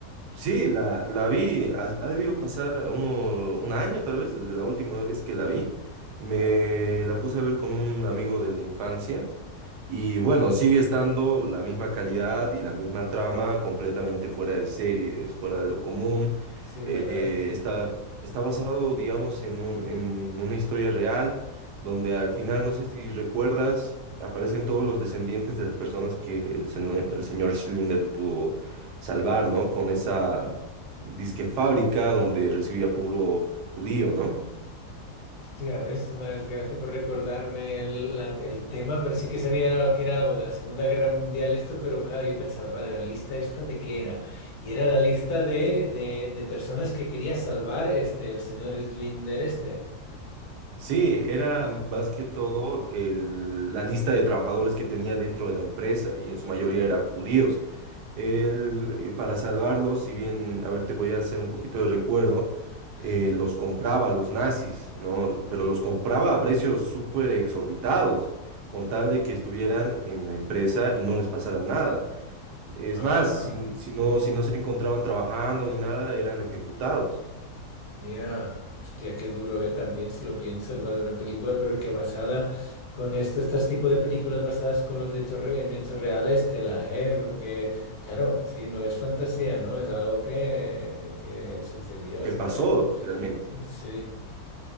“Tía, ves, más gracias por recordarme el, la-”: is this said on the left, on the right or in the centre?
Left